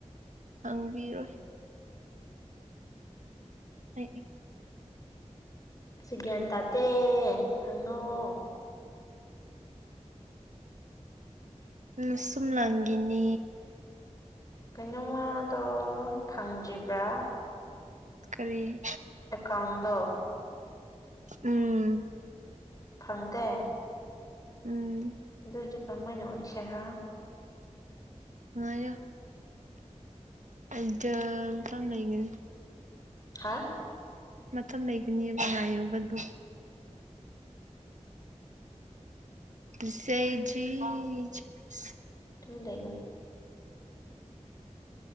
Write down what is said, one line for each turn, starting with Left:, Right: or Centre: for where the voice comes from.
Right: ꯍꯥꯡꯕꯤꯔꯣꯏ ꯑꯩ
Left: ꯁꯤꯒ꯭ꯌꯥꯟ ꯇꯥꯗꯦ ꯍꯪꯉꯣ
Right: ꯅꯁꯨꯝ ꯂꯥꯡꯒꯤꯅꯤ
Left: ꯀꯩꯅꯣꯃꯗꯣ ꯐꯪꯗ꯭ꯔꯤꯕ꯭ꯔꯥ
Right: ꯀꯔꯤ
Left: ꯑꯦꯀꯥꯎꯟꯗꯣ
Right: ꯎꯝ
Left: ꯐꯪꯗꯦ
Right: ꯎꯝ
Left: ꯑꯗꯨꯗꯤ ꯀꯔꯝꯍꯥꯏꯅ ꯑꯣꯏꯁꯤꯔꯥ
Right: ꯉꯥꯢꯌꯣ ꯑꯩꯗꯝ ꯂꯩꯒꯅꯤ
Left: ꯍꯥ
Right: ꯃꯇꯝ ꯂꯩꯕꯅꯤ ꯉꯥꯏꯌꯣꯕ ꯗꯨꯝ ꯇꯨꯁꯦꯖꯤ <inaudible>
Left: ꯇꯨꯝ <unintelligible> ꯅ